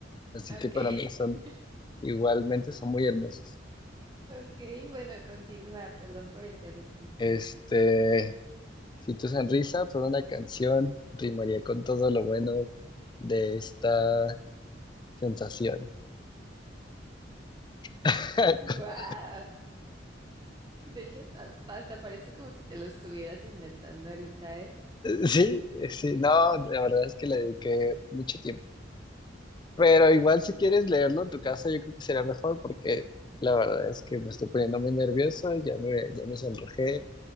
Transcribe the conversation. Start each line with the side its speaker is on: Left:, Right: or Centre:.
Left: así
Right: Ok,
Left: que para mí son,
Right: <laughs>
Left: igualmente son muy hermosos.
Right: ok, bueno, continúa, perdón por interrumpirte.
Left: Este, si tu sonrisa fuera una canción, rimaría con todo lo bueno de esta sensación. <laughs>
Right: guau De hecho, hasta hasta parece como si te lo estuvieras inventando ahorita, ¿eh?
Left: Sí, sí, no, la verdad es que le dediqué mucho tiempo Pero igual si quieres leerlo en tu casa, yo creo que sería mejor porque la verdad es que me estoy poniendo muy nervioso, ya me, ya me sonrojé